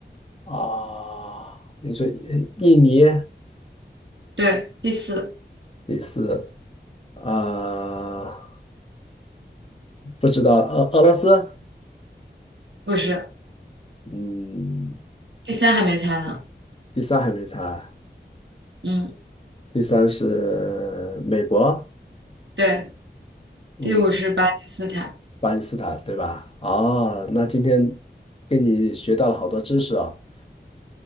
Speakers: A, on the left (about 30°); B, on the right (about 80°).
A: 啊，你说印印尼
B: 对，第四
A: 第四啊，不知道俄俄罗斯，
B: 不是，
A: 嗯，
B: 第三还没猜呢。
A: 第三还没猜，
B: 嗯。
A: 第三是美国，
B: 对，
A: 嗯，
B: 第五是巴基斯坦。
A: 巴基斯坦对吧？哦，那今天跟你学到了好多知识哦，